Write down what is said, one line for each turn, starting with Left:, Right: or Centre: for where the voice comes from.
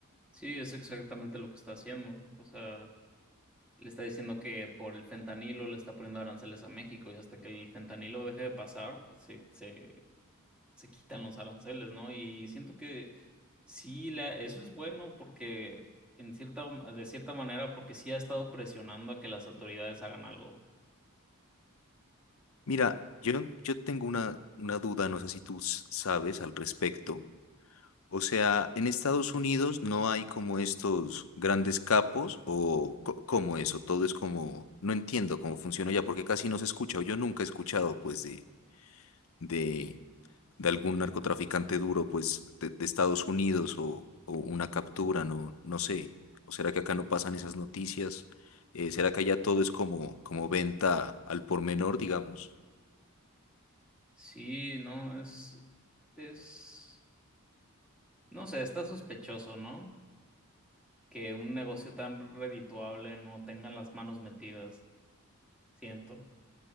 Centre: Sí, es exactamente lo que está haciendo. O sea, le está diciendo que por el fentanilo le está poniendo aranceles a México y hasta que el fentanilo deje de pasar, se, se se quitan los aranceles, ¿no? Y siento que sí, la- eso es bueno porque en cierta, de cierta manera, porque sí ha estado presionando a que las autoridades hagan algo.
Left: Mira, yo, yo tengo una, una duda, no sé si tú s- sabes al respecto. O sea, en Estados Unidos no hay como estos grandes capos o co- cómo eso, todo es como, no entiendo cómo funciona ya, porque casi no se escucha, o yo nunca he escuchado pues de, de, de algún narcotraficante duro pues de, de Estados Unidos o, o una captura, no, no sé. ¿O será que acá no pasan esas noticias? Eh, ¿será que allá todo es como, como venta al por menor, digamos?
Centre: Sí, no, es, es, no sé, está sospechoso, ¿no? Que un negocio tan redituable no tenga las manos metidas, siento.